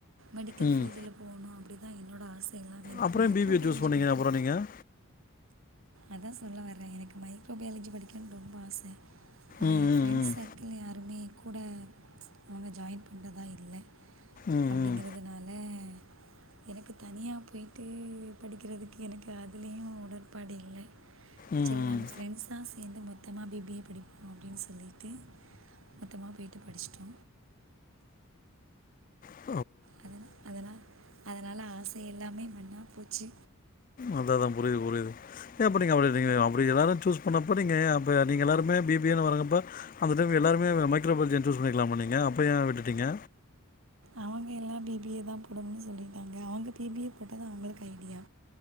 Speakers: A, on the right; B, on the left.
A: மெடிக்கல்
B: ம்
A: ஃபீல்டு ல போகணு அப்டிதா என்னோட ஆச அது இல்லாமே எனக்கு
B: அப்புறம்
A: மைக்ரோ
B: ஏன் பிபிஏ
A: பயாலஜி
B: சூஸ் பண்ணீங்க
A: படிக்கணு
B: அப்புறம் நீங்கள்
A: அதா சொல்ல வரே எனக்கு மைக்ரோபயாலஜி படிக்கன்னுட்டு ரொம்ப ஆசை ஆனா
B: ம்
A: என் ஃப்ரெண்ட்
B: ம் ம்
A: சர்க் கில் யாருமே கூட அவங்க ஜாயின் பண்றதா இல்லை
B: ம்
A: அப்டிங்கறதுனால
B: ம்
A: அ எனக்கு தனியா போயிட்டு படிக்கிறதுக்கு எனக்கு அதுலயு உடன்பாடு இல்லை
B: ம்
A: சரி நாங்க
B: ம்
A: ஃப்ரெண்ட்ஸ்ஸா சேர்ந்து மொத்தமா பி பி ஏ படிப்போ அப்டின்னு சொல்லிட்டு மொத்தமா போய்டட்டு படிச்சிட்டோ
B: உஹம்
A: அதன அதனால அதனால ஆச எல்லாமே மண்ணா போச்சு
B: அத அதா புரியுது புரியுது எப்டி நீங்கள் அப்டி நீங்க அப்டி எல்லோரு சூஸ் பண்ணப்போ நீங்க அப்போ நீங்கள் எல்லாருமே பி பி ஏ ன்னு வரங்கப்ப அந்த டைம் எல்லாருமே மைக்ரோ பாயாலஜி சூஸ் பண்ணிக்கலாமா நீங்க அப்ப ஏ விட்டுட்டீங்க
A: அவங்க எல்லா பி பி ஏ தா போடணனு சொல்லியிருட்டாங்க அவங்க பி பி ஏ போட்டது அவங்களுக்கு ஐடியா